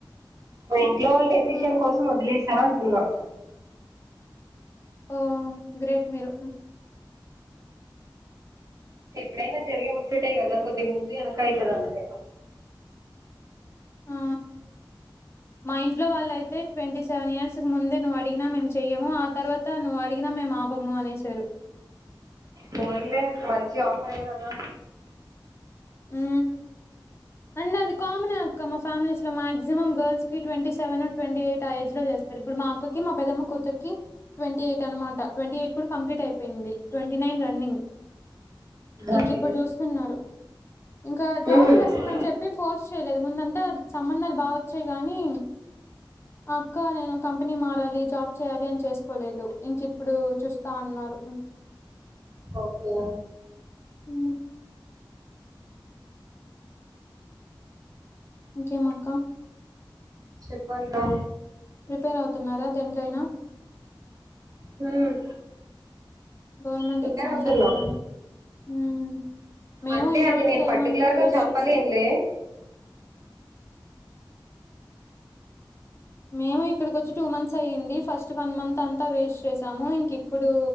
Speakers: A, on the right; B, on the left.
A: మా ఇంట్లో వాళ్ళు డెసిషన్
B: హ్మ్.
A: కోసం వదిలేసా అంటున్నా
B: ఓ గ్రేట్ మీరు
A: ఎప్పుడైనా జరిగే ముచ్చటే కదా కొద్దిగా ముందు వెనక అయితది అంతే
B: ఆ! మా ఇంట్లో వాళ్ళయితే ట్వంటీ సెవెన్ ఇయర్స్ కి ముందే నువ్వు అడిగినా మేము చెయ్యము తర్వాత నువ్వు అడిగినా మేము ఆపము అనేసారు
A: పోన్లే మంచి ఆఫరె కదా
B: ఉ అండ్ అది కామనే అక్క మా ఫ్యామిలీస్ ఇట్లా మాక్సిమం గర్ల్స్ కి ట్వంటీ సెవెన్ ట్వంటీ ఎయిట్ ఆ ఏజ్ లో చేస్తారు ఇప్పుడు మా అక్క కి మా పెద్దమ్మ కూతురికి ట్వంటీ ఎయిట్ అనమాట ట్వీ ఎయిట్ కూడా కంప్లీట్ అయిపోయింది ట్వంటీ నైన్ రన్ రన్నింగ్ ఇంకిప్పుడు
A: అదేలే
B: చూస్తున్నారు ఇంకా జాబ్
A: ఉమ్
B: చేస్తుందని చెప్పి ఫోర్స్ చేయలేదు ముందు అంత సంబంధాలు బా వచ్చాయి గానీ అక్క నేను కంపెనీ మారాలి జాబ్ చేయాలి అని చేసుకోలేదు ఇంకిప్ ఇప్పుడు చూస్తాన్నారు
A: ఓకే
B: ఉ ఇంకేం అక్క
A: చెప్పాలి రా
B: ప్రిపేర్ అవుతున్నారా దేనికైనా
A: హ్మ్
B: గవర్నమెంట్
A: ప్రిపేర్
B: ఎగ్జామ్స్
A: అవుతున్నా
B: అన్నారని హ్మ్ మేము
A: అంటే
B: ఇన్ని
A: అది
B: రోజులు
A: నేను
B: టైం
A: పర్టికులర్
B: అంతా
A: గా
B: వేస్ట్
A: చెప్పలేనులే
B: చేసాం. మేము ఇక్కడిక వచ్చి టూ మంత్స్ అయ్యింది ఫస్ట్ వన్ మంత్ అంతా వేస్ట్ చేసాము ఇంక ఇప్పుడు.